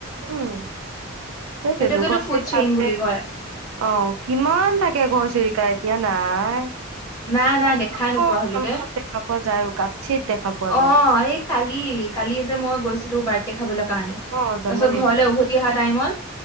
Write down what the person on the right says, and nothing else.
উম, সেইটোৱেতো,
ঘৰচিৰিকা
আগতে,
অ কিমান থাকে ঘৰচিৰিকা, এতিয়া নাই।
<unintelligible>
অলপ
দেখা পোৱা যায় আৰু কাঠিত দেখা পোৱা
যায়।
অ', জন্মদিন